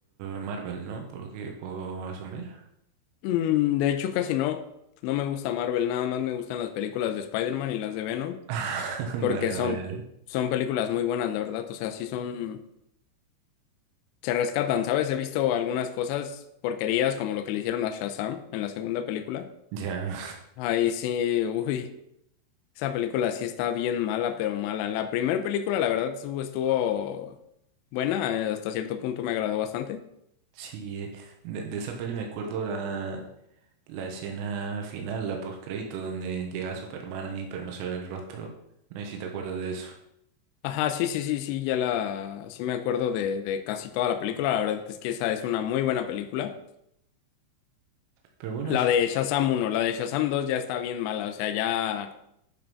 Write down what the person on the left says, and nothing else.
Mm, de hecho, casi no, no me gusta Marvel, nada más me gustan las películas de Spider-Man y las de Venom,
porque
son,
son películas muy buenas, la verdad, o sea, sí son se rescatan, ¿sabes? He visto algunas cosas porquerías como lo que le hicieron a Shazam en la segunda película.
Ahí sí, uy, esa película sí está bien mala, pero mala. La primera película, la verdad, estuvo estuvo buena, eh, hasta cierto punto me agradó bastante.
Ajá, sí, sí, sí, sí, ya la, sí me acuerdo de, de casi toda la película, la verdad es que esa es una muy buena película.
La de Shazam uno la de Shazam 2 ya está bien mala, o sea, ya...